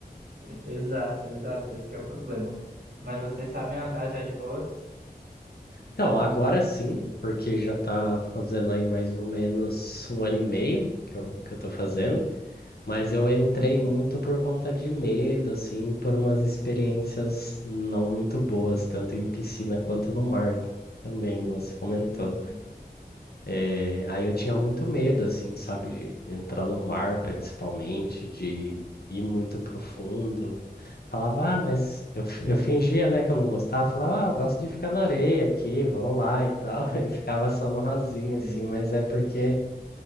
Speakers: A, on the right (about 65°); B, on the left (about 70°).
A: Exato, exato, esse que é o problema. Mas vocês sabem andar já de boas?
B: Então, agora sim, porque já tá fazendo aí mais ou menos um ano e meio que eu, que eu tô fazendo. Mas eu entrei
A: Uhum,
B: muito por conta de medo, assim, por umas experiências não muito boas, tanto em piscina quanto no mar também, como você comentou.
A: Entendi.
B: É, Aí eu tinha muito medo, assim, sabe, de de entrar no mar, principalmente, de ir muito profundo. Falava, ah, mas eu, f- eu fingia, né, que eu não gostava. Falava, ah, eu gosto de ficar na areia aqui, vamos lá e tal. <laughs> E ficava só no rasinho,
A: Entendi.
B: assim, mas é porque.